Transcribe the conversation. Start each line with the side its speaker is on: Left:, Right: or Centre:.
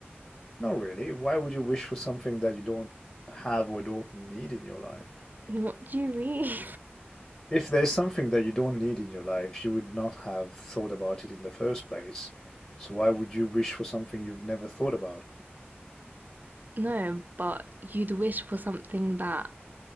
Left: not really. Why would you wish for something that you don't have or don't need in your life?
Right: What do you mean? <laughs>
Left: If there's something that you don't need in your life, you would not have thought about it in the first place. So why would you wish for something you've never thought about?
Right: No, but you'd wish for something that